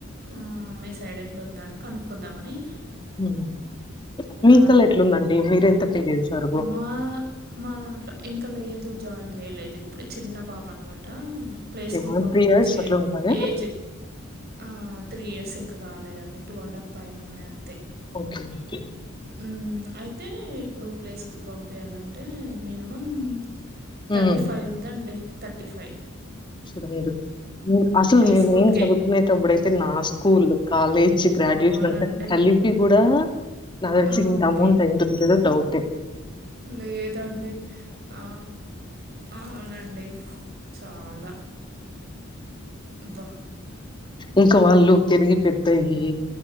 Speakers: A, on the right; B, on the left.
A: ఆ మీ సైడ్ ఎట్లా ఉందని కనుక్కుందామని
B: ఉమ్మ్ మీకలా
A: ఆ,
B: ఎట్లుందండి మీరెంత పే చేశారు
A: మా మా దాంట్లో ఇంకా లేదు జాయిన్ చేయలేదు ఇప్పుడే చిన్న బాబు అనమాట ప్లే
B: ఓకే.
A: స్కూల్‌కి పంపించే
B: ఇయర్స్ అట్లుంటాయా?
A: ఏజ్ ఆ త్రీ ఇయర్స్ ఇంకా కాలేదండి టూ అండ్ హాఫ్ పైన ఉన్నాయి అంతే
B: ఓకే ఓకే
A: ఉమ్మ్ అయితే ఇప్పుడు ప్లే స్కుల్‌కి పంపియాలంటే మినిమం థర్టీ
B: హ్మ్.
A: ఫై ఉందండి థర్టీ ఫై
B: చూడు మీరు అసలు
A: ప్లే
B: నేను
A: స్కూల్కే
B: ఏం చదువు కునేటప్పుడు అయితే నా స్కూల్ కాలేజ్ గ్రాడ్యుయేషన్
A: అవునండి
B: అంతా కలిపి కూడా నాకు తెలిసి
A: ఆ,
B: ఇంతా
A: ఓకే
B: అమౌంట్ అయ్యుంటుందో లేదో డౌటే
A: లేదండి ఆ అవునండి చాలా అబ్బా
B: ఇంకా వాళ్ళు తిరిగి పెద్దయ్యి